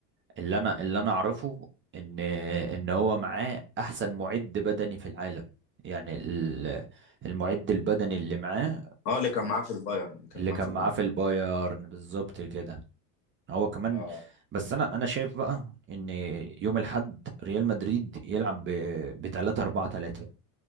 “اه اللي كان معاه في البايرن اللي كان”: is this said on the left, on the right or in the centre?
Left